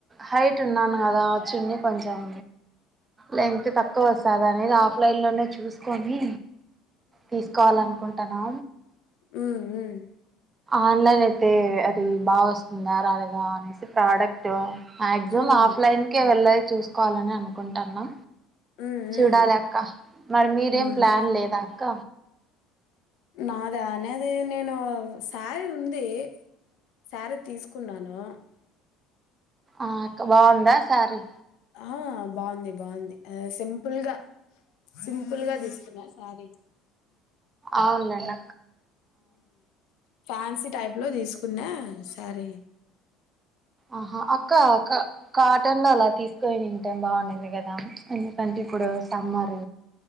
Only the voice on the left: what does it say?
మ్మ్మ్మ్
ఉమ్ ఉమ్
ఉమ్
ఉమ్
ఉమ్
నాదా అనేది నేను శారీ ఉంది శారీ తీసుకున్నాను
ఆ బాగుంది బాగుంది సింపుల్గా సింపుల్ గా తీసుకున్నా శారీ
ఫ్యాన్సీ టైప్ లో తీసుకున్నా శారీ